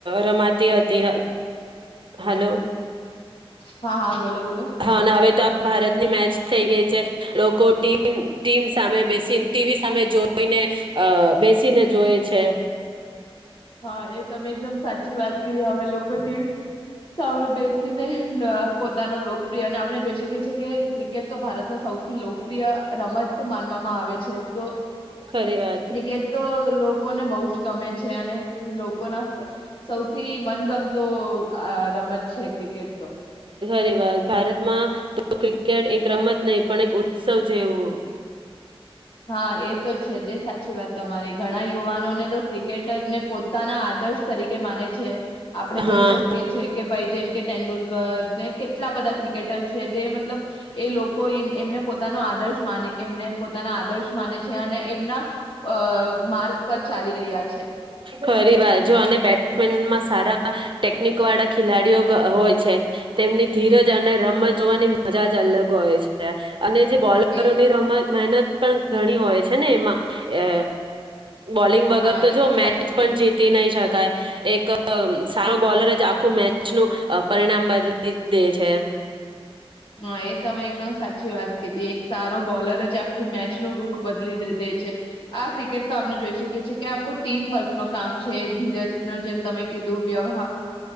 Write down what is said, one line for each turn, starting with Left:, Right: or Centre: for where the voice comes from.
Right: રમાતી હતી હ હ હલો
Left: હા હા. બોલો બોલો
Right: હા હવે તો આ ભારતની મેચ થઈ ગઈ છે. લોકો ટીમ ટીમ સામે બેસી ટીવી સામે જોઈને અ બેસીને જોય છે.
Left: હા એ તમે એકદમ સાચી વાત કરી હવે લોકો ટીવી સામે બેસીને- પોતાનો લોકપ્રિય અને આપણે જોઈ શકીએ છીએ કે ક્રિકેટ તો ભારતનો સૌથી લોકપ્રિય રમત માનવામાં આવે છે તો.
Right: ખરી વાત
Left: ક્રિકેટ તો લોકોને બહુ ગમે છે અને લોકો ના સૌથી મનગમતો રમત છે ક્રિકેટ તો.
Right: રી વાર ભારતમાં, તો ક્રિકેટ એક રમત નહી પણ એક ઉત્સવ જેવું.
Left: હા એ તો છે જે સાચી વાત તમારી ઘણા યુવાનો ને તો ક્રિકેટર ને પોતાના આદર્શ તરીકે માને છે. આપણે
Right: હા
Left: જોઈ શકીએ છી કે ભાઈ જેમ કે તેંડુલકર. ને કેટલા બધા ક્રિકેટર છે જે લ એ લોકો એમને પોતાનો આદર્શ માને એમને પોતા ના આદર્શ માને છે અને એમના, માર્ગ પર ચાલી રહ્યા છે.
Right: ખરી વાર જો અને બેટ્સમેનમાં સારા ટેકનિક વાળા ખેલાડીઓ હોય છે તેમની ધીરજ અને રમત જોવાની મજા જ અલગ હોય છે. અને જે બોલરોની
Left: એ
Right: રમત મહેનત પણ ઘણી હોય છે ને એમાં, અ બોલિંગ વગર
Left: હા એ
Right: મેચ
Left: તો સાચું
Right: પણ
Left: કીધું
Right: જીતી નહી શકાય, એક સારો બોલર જ આખું મેચ નું પરિણામ બદલી દે છે.
Left: હા એ તમે એકદમ સાચી વાત કીધી એક સારો બોલર જ આખું મેચ નું રૂખ બદલી દે છે, આ ક્રિકેટ તો આપણે જોઈ શકીએ છીએ કે આ ટીમ વર્ક નું કામ છે ધીરજ ન જેમ તમે કીધું વ્યવહ